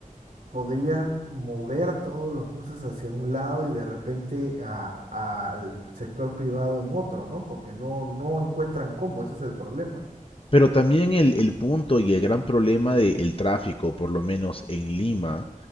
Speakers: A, on the right (about 85°); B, on the left (about 40°).
A: podría mover todos los buses hacia un lado y de repente a- al sector privado en otro, ¿no? Porque no, no encuentran cómo, ese es el problema.
B: Pero también el, el punto y el gran problema del tráfico, por lo menos en Lima,